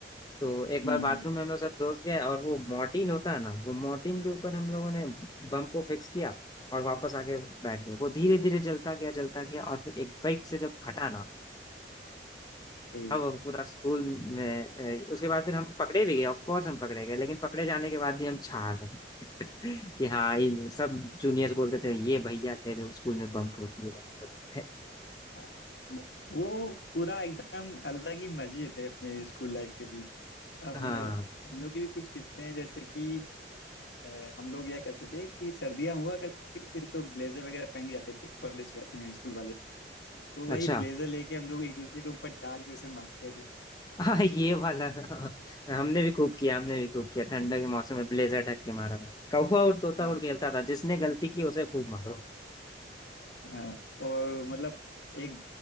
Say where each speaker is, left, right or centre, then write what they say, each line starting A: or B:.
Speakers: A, on the left; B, on the left.
A: तो एक
B: हम्म
A: बार बाथरूम में हम लोग सब दोस्त गए और वो मॉर्टिन होता है ना वो मॉर्टिन के ऊपर हम लोगों ने बम को फिक्स किया और वापस आके बैठ गए वो धीरे धीरे जलता गया जलता गया और फिर एक बाइक से जब फटा ना
B: ए,
A: अब हम पूरा स्कूल में अ, उसके बाद फिर हम पकड़े भी गए ऑफ कोर्स हम पकड़े गए लेकिन पकड़े जाने के बाद भी हम छा गए <laughs> कि हाँ ये सब जूनियर्स बोलते थे ये भैया थे जो स्कूल में बम फोड़ते थे
B: हाँ, वो वो पूरा एकदम अलग ही मजे थे अपने स्कूल लाइफ के भी अब
A: हाँ
B: हम लोग की भी कुछ किस्से हैं जैसे कि अ, हम लोग यह करते थे कि सर्दियाँ हुआ करती थी तो ब्लेजर वगैरह पहन के जाते थे कॉलेज स्कूल वाले तो वही
A: अच्छा
B: ब्लेजर लेके हम लोग एक दूसरे के ऊपर डाल के उसे मारते थे
A: हाँ ये वाला <laughs> हमने भी खूब किया हमने भी खूब किया ठंडा के मौसम में ब्लेजर ढक के मारा मार कौवा और तोता
B: हाँ
A: और खेलता था जिसने गलती की उसे खूब मारो
B: हाँ, और मतलब एक